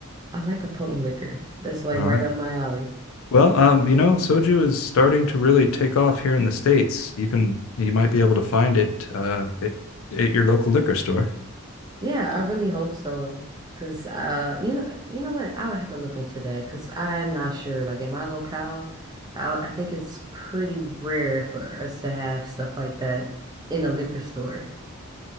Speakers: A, on the right (about 15°); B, on the left (about 60°).
A: I like a potent liquor. That's like
B: All
A: right
B: right.
A: up my alley.
B: Well, um, you know, soju is starting to really take off here in the States. You can, you might be able to find it, uh, at, at your local liquor store.
A: Yeah, I really hope so. Cause uh, you know, you know what? I will have to look into that because I'm not sure. Like in my locale, I I think it's pretty rare for us to have stuff like that in a liquor store.